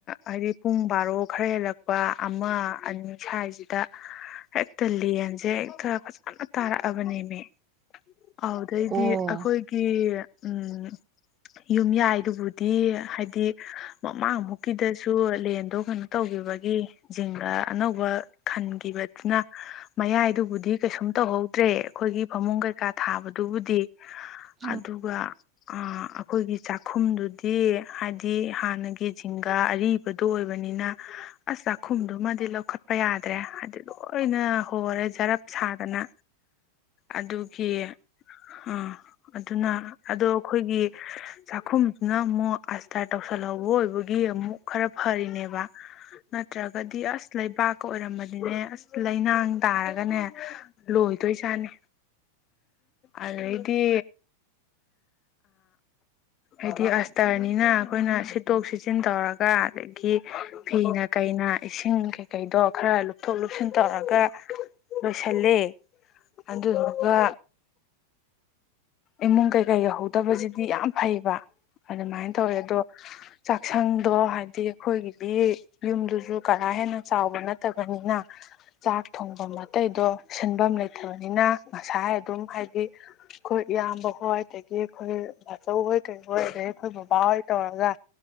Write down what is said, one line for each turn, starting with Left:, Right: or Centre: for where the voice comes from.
Left: ꯍꯥꯏꯗꯤ ꯄꯨꯡ ꯕꯥꯔꯣ ꯈꯔ ꯍꯦꯜꯂꯛꯄ ꯂꯨꯄꯥ ꯑꯃ ꯑꯅꯤ ꯁ꯭ꯋꯥꯏꯁꯦ ꯍꯦꯛꯇ ꯂꯦꯟꯁꯦ ꯍꯦꯛꯇ ꯐꯖꯅ ꯇꯥꯔꯛꯑꯕꯅꯦꯃꯤ ꯑꯗꯩꯗꯤ
Right: ꯑꯣ
Left: ꯑꯩꯈꯣꯏꯒꯤ ꯎꯝ ꯌꯨꯝ ꯌꯥꯏꯗꯨꯕꯨꯗꯤ ꯍꯥꯏꯗꯤ ꯃꯃꯥꯡꯃꯨꯛꯀꯤꯗꯁꯨ ꯂꯦꯟꯗꯣ ꯀꯩꯅꯣ ꯇꯧꯈꯤꯕꯒꯤ ꯖꯤꯡꯒ ꯑꯅꯧꯕ ꯈꯟꯈꯤꯕꯗꯨꯅ ꯃꯌꯥꯏꯗꯨꯕꯨꯗꯤ ꯀꯩꯁꯨꯝ ꯇꯧꯍꯧꯗ꯭ꯔꯦ ꯑꯩꯈꯣꯏꯒꯤ ꯐꯃꯨꯡ ꯀꯩꯀꯥ ꯊꯥꯕꯗꯨꯕꯨꯗꯤ
Right: ꯎꯝ ꯑꯣ ꯎꯝ ꯎꯝ ꯎꯝ ꯎꯝ ꯎꯝ ꯎꯝ ꯎꯝ ꯎꯝ ꯎꯝ ꯎꯝ ꯎꯝ
Left: ꯑꯗꯨꯒ ꯑꯥ ꯑꯩꯈꯣꯏꯒꯤ ꯆꯥꯛꯈꯨꯝꯗꯨꯗꯤ ꯍꯥꯏꯗꯤ ꯍꯥꯟꯅꯒꯤ ꯖꯤꯡꯒꯥ ꯑꯔꯤꯕ ꯕꯗꯣ ꯑꯣꯏꯕꯅꯤꯅ ꯑꯁ ꯆꯥꯛꯈꯨꯝꯗꯨꯃꯗꯤ ꯂꯧꯈꯠꯄ ꯌꯥꯗꯦ ꯇ꯭ꯔꯦ ꯑꯗꯨꯒ ꯂꯣꯏꯅ ꯍꯣꯔꯦ ꯖꯔꯞ ꯁꯥꯗꯅ ꯑꯗꯨꯒꯤ ꯎꯝ ꯑꯗꯨꯅ ꯑꯗꯣ ꯑꯩꯈꯣꯏꯒꯤ ꯆꯥꯛꯈꯨꯝꯁꯤꯅ ꯑꯃꯨꯛ ꯑꯁꯇꯔ ꯇꯧꯁꯜꯍꯧꯕ ꯑꯣꯏꯕꯒꯤ ꯑꯃꯨꯛ ꯈꯔ ꯐꯔꯤꯅꯦꯕ ꯅꯠꯇ꯭ꯔꯒꯗꯤ ꯑꯁ ꯂꯩꯕꯥꯛ ꯑꯣꯏꯔꯝꯃꯗꯤꯅꯦ ꯑꯁ ꯂꯩꯅꯥꯡ ꯇꯥꯔꯒꯅꯦ ꯂꯣꯏꯗꯣꯏꯁꯥꯅꯤ ꯑ ꯗꯩꯗꯤ ꯍꯥꯏꯗꯤ ꯑꯁꯇ꯭ꯔꯅꯤꯅ ꯑꯩꯈꯣꯏꯅ ꯁꯤꯠꯇꯣꯛ ꯁꯤꯠꯆꯟ ꯇꯧꯔꯒ ꯑꯗꯒꯤ ꯐꯤꯅ ꯀꯩꯅ ꯏꯁꯤꯡ ꯀꯩꯀꯩꯗꯣ ꯈꯔ ꯂꯨꯞꯊꯣꯛ ꯂꯨꯞꯁꯤꯟ ꯇꯧꯔꯒ ꯂꯣꯏꯁꯤꯜꯂꯦ ꯑꯗꯨꯗꯨꯒ ꯏꯃꯨꯡ ꯀꯩꯀꯩ ꯌꯧꯍꯧꯗꯕꯁꯤꯗꯤ ꯌꯥꯝ ꯐꯩꯕ ꯑꯗꯨꯃꯥꯏꯅ ꯇꯧꯋꯦ ꯑꯗꯣ ꯆꯥꯛꯁꯪꯗꯣ ꯍꯥꯏꯕꯗꯤ ꯑꯩꯈꯣꯏꯒꯤꯗꯤ ꯌꯨꯝꯗꯨꯁꯨ ꯀꯔꯥ ꯍꯦꯟꯅ ꯆꯥꯎꯕ ꯅꯠꯇꯕꯅꯤꯅ ꯆꯥꯛ ꯊꯣꯡꯕ ꯑꯩꯗꯣ ꯁꯤꯟꯐꯝ ꯂꯩꯇꯕꯅꯤꯅ ꯉꯁꯥꯏ ꯑꯗꯨꯝ ꯍꯥꯏꯗꯤ ꯈꯣꯏ ꯏꯌꯥꯝꯕ ꯍꯣꯏ ꯑꯗꯒꯤ ꯑꯩꯈꯣꯏ ꯕꯥꯆꯧ ꯍꯣꯏ ꯀꯩꯍꯣꯏ ꯑꯗꯒꯤ ꯑꯩꯈꯣꯏ ꯕꯕꯥ ꯍꯣꯏ ꯇꯧꯔꯒ